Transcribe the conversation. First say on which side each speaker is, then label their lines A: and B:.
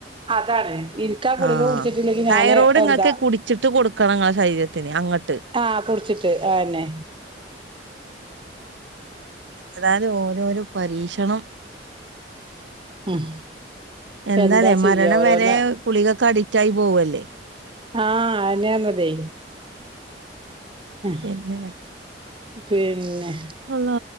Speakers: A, on the right; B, on the right.
A: അതാണ് ഇനിക്കാ ഗുളിക
B: ആഹ്
A: കുടിച്ചിട്ടില്ലെങ്കി
B: തൈറോയ്ഡ്
A: ഞാന്
B: ഇങ്ങക്ക്
A: എന്താ
B: കുടിച്ചിട്ട് കൊടുക്കണം ഇങ്ങടെ ശരീരത്തിന് അങ്ങട്ട്
A: ആഹ് കുടിച്ചിട്ട് ആ അന്നെ
B: ഏതാലും ഓരോരോ പരീക്ഷണം
A: ഉം
B: എന്താല്ലെ
A: എന്താ
B: മരണം
A: ചെയ്യാ ഓരോന്ന്
B: വരേ ഗുളികക്ക് അഡിക്റ്റായി പോവുവല്ലേ
A: ആഹ് അന്നാന്നതേ അഹ്
B: പിന്നെ
A: പിന്നെ
B: അള്ളാ